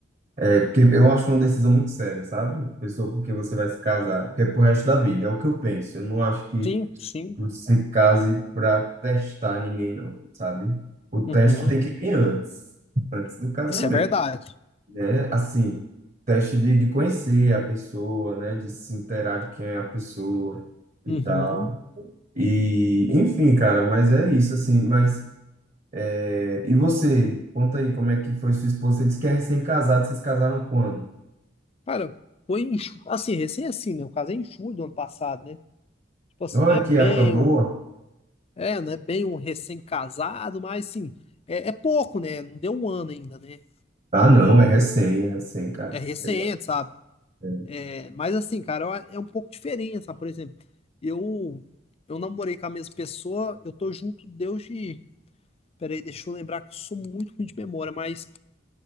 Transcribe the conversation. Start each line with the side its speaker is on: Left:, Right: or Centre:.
Right: É porque eu acho uma decisão muito séria, sabe? Pessoa com quem você vai se casar, porque é pro resto da vida, é o que eu penso. Eu não acho que
Left: Sim, sim.
Right: você case pra testar ninguém, não, sabe? O teste
Left: Uhum.
Right: tem que vir antes, antes do casamento,
Left: Isso é verdade.
Right: né? Assim, teste de, de conhecer a pessoa, né? De se inteirar de quem é a pessoa e
Left: Uhum.
Right: tal. E, enfim, cara, mas é isso, assim. Mas, é, e você, conta aí como é que foi sua esposa? Você disse que é recém-casado, vocês casaram quando?
Left: Cara, foi em, ju- assim, recém assim, né? O caso é em julho do ano passado, né? Tipo assim,
Right: Olha
Left: não é
Right: que
Left: bem.
Right: época boa!
Left: É, né? Bem um recém-casado, mas assim, é, é pouco, né? Não deu um ano ainda, né?
Right: Ah, não, é recém, é recém, cara.
Left: É recente,
Right: Eu,
Left: sabe?
Right: é,
Left: É, mas assim, cara, eu- é um pouco diferente, sabe? Por exemplo, eu eu namorei com a mesma pessoa, eu tô junto desde. Peraí, deixa eu lembrar que eu sou muito ruim de memória, mas